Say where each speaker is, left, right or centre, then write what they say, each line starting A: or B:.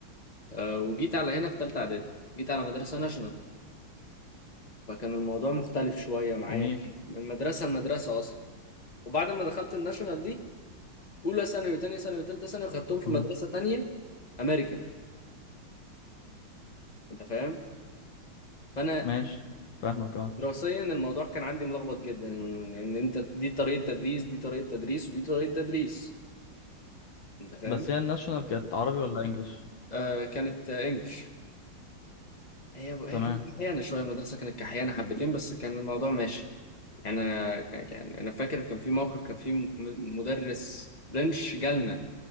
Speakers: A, on the left; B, on the left.
A: آه وجيت على هنا في ثالثه اعدادي جيت على مدرسه ناشونال فكان الموضوع مختلف شويه معايا
B: جميل
A: من مدرسه لمدرسه اصلا وبعد ما دخلت الناشونال دي اولى ثانوي وثانيه ثانوي وثالثه ثانوي خدتهم في
B: مم.
A: مدرسه ثانيه امريكان انت فاهم فانا
B: ماشي فاهمك اه
A: دراسيا الموضوع كان عندي ملخبط جدا ان انت دي طريقة تدريس دي طريقة تدريس ودي طريقة تدريس انت فاهم
B: بس هي الناشونال كانت عربي ولا انجليش
A: آه كانت آه، انجلش هي هي
B: تمام
A: كانت كحيانة شوية المدرسة كانت كحيانة حبتين بس كان الموضوع ماشي يعني انا ك- يعني انا فاكر كان في موقف كان في م- مدرس فرنش جالنا